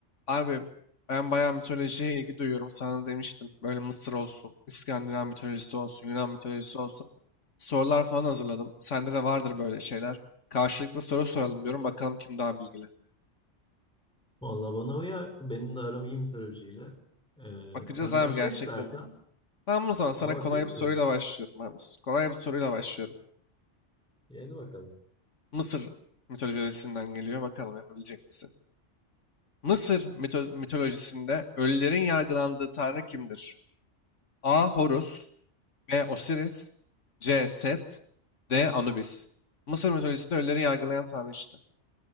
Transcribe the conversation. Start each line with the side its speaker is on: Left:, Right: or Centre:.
Left: Abi ben bayağı mitolojiye ilgi duyuyorum. Sana demiştim. Böyle Mısır olsun, İskandinav mitolojisi olsun, Yunan mitolojisi olsun. Sorular falan hazırladım. Sende de vardır böyle şeyler. Karşılıklı soru soralım diyorum. Bakalım kim daha bilgili.
Centre: Vallahi bana uyar. Benim de aram iyi mitolojiyle. Ee,
Left: Bakacağız
Centre: sen
Left: abi
Centre: başla
Left: gerçekten
Centre: istersen.
Left: değil mi? Tamam o zaman sana
Centre: Aa
Left: kolay
Centre: diyorsun.
Left: bir soruyla başlıyorum abi. Kolay bir soruyla başlıyorum.
Centre: İyi, Hadi bakalım.
Left: Mısır mitolojisinden geliyor. Bakalım yapabilecek misin? Mısır mito- mitolojisinde ölülerin yargılandığı tanrı kimdir? A. Horus B. Osiris C. Set D. Anubis. Mısır mitolojisinde ölüleri yargılayan tanrı işte.